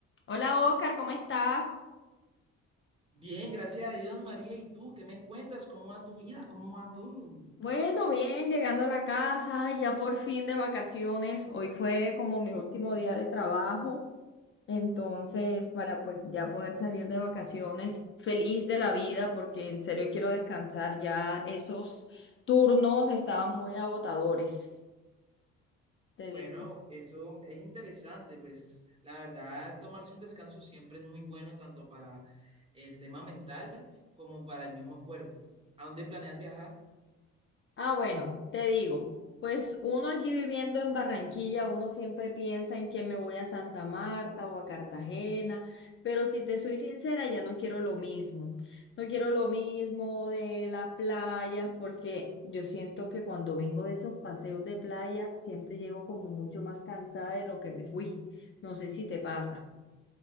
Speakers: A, on the left; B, on the right.
A: Hola Oscar, ¿cómo estás?
B: Bien, gracias a Dios, María. ¿Y tú qué me cuentas? ¿Cómo va tu vida? ¿Cómo va todo?
A: Bueno, bien, llegando a la casa, ay, ya por fin de vacaciones. Hoy fue como mi último día de trabajo, entonces para pues ya poder salir de vacaciones, feliz de la vida porque en serio quiero descansar, ya esos turnos estaban muy agotadores. Te
B: Bueno,
A: digo.
B: eso es interesante, pues la verdad, tomarse un descanso siempre es muy bueno tanto para el tema mental como para el mismo cuerpo. ¿A dónde planeas viajar?
A: Ah, bueno, te digo, pues uno aquí viviendo en Barranquilla, uno siempre piensa en que me voy a Santa Marta o a Cartagena, pero si te soy sincera, ya no quiero lo mismo. No quiero lo mismo de las playas, porque yo siento que cuando vengo de esos paseos de playa, siempre llego como mucho más cansada de lo que me fui. No sé si te pasa.